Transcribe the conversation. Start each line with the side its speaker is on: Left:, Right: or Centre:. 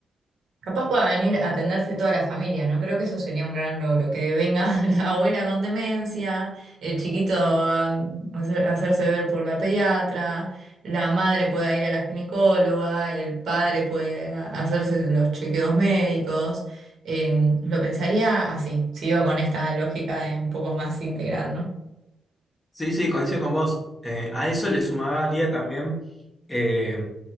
Right: Capaz pueda venir a atenderse toda la familia, ¿no? Creo que eso sería un gran logro, que venga <laughs> la abuela con demencia, el chiquito a hacer- a hacerse ver por la pediatra, la madre pueda ir a la ginecóloga, el padre puede a- hacerse los chequeos médicos. Eh, lo pensaría así, si iba con esta lógica de un poco más integral, ¿no?
Left: Sí, sí, coincido con vos. Eh, a eso le sumaría también, eh,